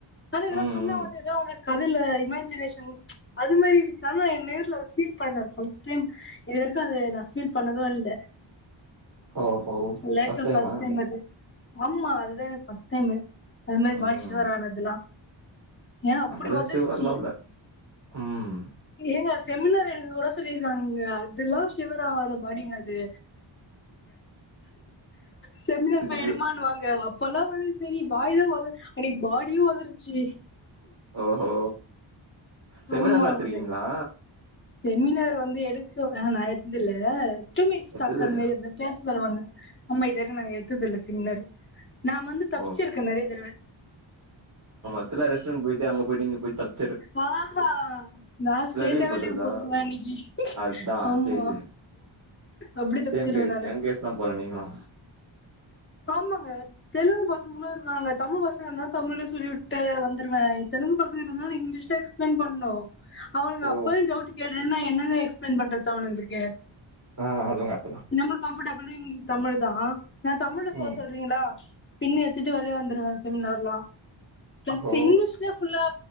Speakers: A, on the left (about 25°); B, on the right (about 40°).
A: ஆனா இதல்லா
B: ம்
A: சொன்னா
B: ம்
A: வந்து எதோ ஒரு கதுல்ல இமேஜினேஷன் அது மாரி இருக்கானா ஏ நேர்ல ஃபீல் பண்ணது ஃபர்ஸ்ட் டைம் இது வரைக்கு அது நா ஃபீல் பண்ணது இல்ல
B: ஓஹோ
A: லைஃப்ல
B: ஃபர்ஸ்ட் டைமா
A: ஃஸ்ட்டு டைம் வந்து ஆமா அதுதா எனக் ஃபஸ்ட் டைமு அது மாரி
B: ம்
A: பாடிஷவரனதுல்லா ஏன்னா அப்பிடி
B: நம்மளுக்கு
A: ஒதர்ருச்சி
B: ஷுகர்லா இல்ல ம்
A: ஏங்க செமினார் எடுக்க கூட சொல்லிருக்காங்க இதுலா சிவர் ஆவாதபாடீங்க அது செமினார்
B: இது
A: போய் எடுமான்னுவாங்க ப்பல்லா வந்து சரி வாய்தா ஒத அன்னிக்கு பாடியு ஒதரிச்சி
B: ஓ ஓஹோ செமினார்லா
A: ஆமா
B: எத்திருக்கீங்களா
A: அது செமினார் வந்து எடுக்கவே நா எடுத்ததுல்ல <unintelligible>
B: எத்தது இல்லையா
A: சொல்லுவாங்க ஆமா இதுவரைக்கு நா எடுத்தது இல்ல செமினார் <inaudible> நா வந்து தப்பிச்சிருக்கே
B: ஓ
A: நெறைய தடவ
B: த்துல ரெஸ்டர் ரூம் போயிட்டு அங்க போயிட்டு இங்க போயிட்டு தப்
A: மா ஆஹ நா
B: இல்ல
A: ஸ்டேட்டாவே
B: லீவ் போட்றதா
A: லீவு போட்டுருவே இன்னிக்கு
B: அதா
A: ஆமா
B: தெரியுது
A: அப்பிடி தப்பிச்சிருவே
B: சேம் கேஸ்
A: நானு
B: எ கேஸ் தா போல நீங்களு
A: ஆமாங்க தெலுங்கு பசங்களா இருக்காங்க தமிழ் பசங்க இருந்தா தமிழே சொல்லிவிட்டு வந்துருவே தெலுங்கு பசங்க இருந்தால இங்கிலீஷ்லே எக்ஸ்பிளைன் பண்ணு அவனுங்க
B: ஓ
A: அப்ப டவுட் கேட் ஏன்னா என்னென்னு எக்ஸ்பிளைன் பண்றது அவகளுக்கு
B: ஆ அது கரெக்
A: நம்லுக் கம்ஃபர்டப் ப்புரிங் தமிழ்தா நா தமிழ்ல சொல்ல
B: ம்
A: சொல்றீங்களா பின்ன எடுத்திட்டு வெளியே வந்துடுவேன் செமினார்லாம் ப்ளஸ்
B: ஓ
A: இங்கிலீஷ்ல ஃபுல்லா